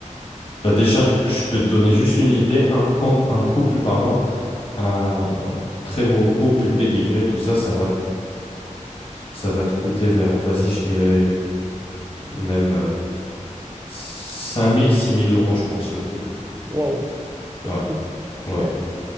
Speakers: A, on the left; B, on the right.
A: bah déjà, je peux te donner juste une idée, un, co- un couple, pardon, un, un très beau couple, pédigré, tout ça, ça va, ça va te coûter vers, vas-y, je dirais même euh, cinq mille six mille euros, je pense, le couple.
B: Waouh, c'est
A: Ouais.
B: trop.
A: Ouais.
B: Waouh,